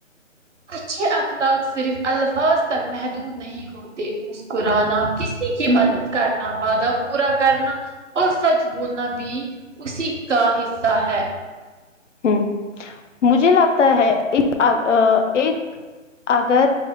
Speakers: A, on the right (about 65°); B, on the left (about 65°).
A: اچھے اخلاق صرف الفاظ تک محدود نہیں ہوتے مسکرانا کسی کی مدد کرنا وعدہ پورا کرنا اور سچ بولنا بھی اسی کا حصہ ہے
B: ہ مجھے لگتا ہے ایک ایک اگر